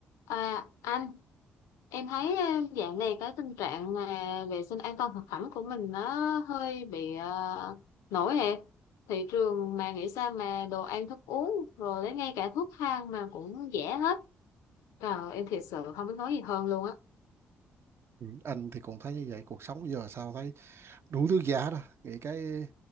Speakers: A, on the left (about 70°); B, on the right (about 50°).
A: À anh, em thấy ờ, dạo này cái tình trạng mà vệ sinh an toàn thực phẩm của mình nó hơi bị ờ, nổi hẹp. Thị trường mà nghĩ sao mà đồ ăn thức uống rồi đến ngay cả thuốc thang mà cũng rẻ hết. Trời em thiệt sự không biết nói gì hơn luôn á.
B: Ừ, anh thì cũng thấy như vậy cuộc sống giờ sao thấy đủ thứ giá đó nghĩ cái